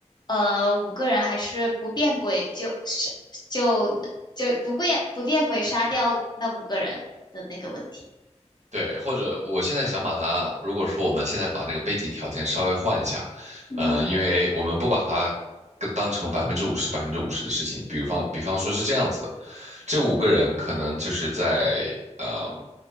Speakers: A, on the left; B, on the right.
A: 呃，五个人还是不变轨就是就就不变不变轨杀掉那五个人的那个问题。
B: 对，或者我现在想把它，如果说我们现在把那个背景条件稍微换一下，
A: 嗯，
B: 呃，因为我们不把它跟当成百分之五十、百分之五十的事情，比方比方说是这样子的，这五个人可能就是在嗯、